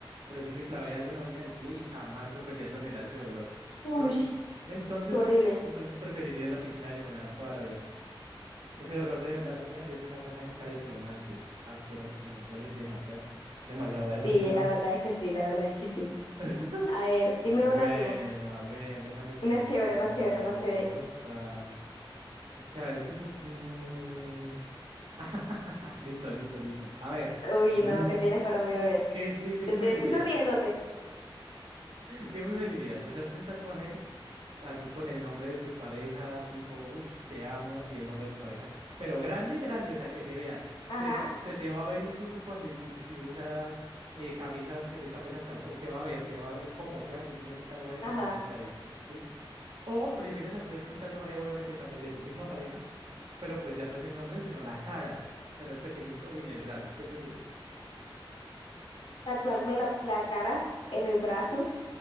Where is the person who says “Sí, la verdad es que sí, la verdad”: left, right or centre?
Left